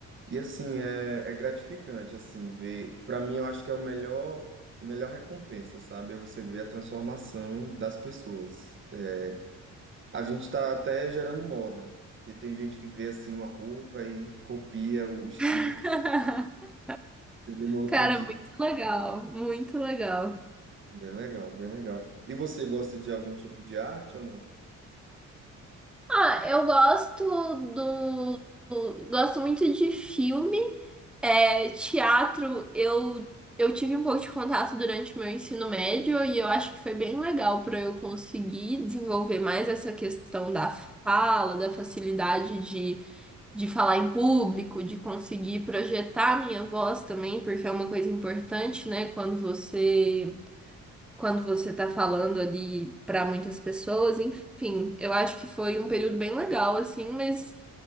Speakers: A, on the right (about 40°); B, in the centre.
A: e assim, é, é gratificante, assim, ver. Para mim, eu acho que é o melhor, melhor recompensa, sabe? É você ver a transformação das pessoas. É, a gente está até gerando moda, porque tem gente que vê, assim, uma roupa e copia o estilo
B: <laughs>
A: que você vê no outro
B: Cara,
A: dia.
B: muito legal, muito legal.
A: Bem legal, bem legal. E você gosta de algum tipo de arte ou não?
B: Ah, eu gosto do, do- gosto muito de filme, é, teatro. Eu eu tive um pouco de contato durante o meu ensino médio e eu acho que foi bem legal para eu conseguir desenvolver mais essa questão da fala, da facilidade de de falar em público, de conseguir projetar a minha voz também, porque é uma coisa importante, né? Quando você quando você tá falando ali para muitas pessoas, enfim, eu acho que foi um período bem legal assim, mas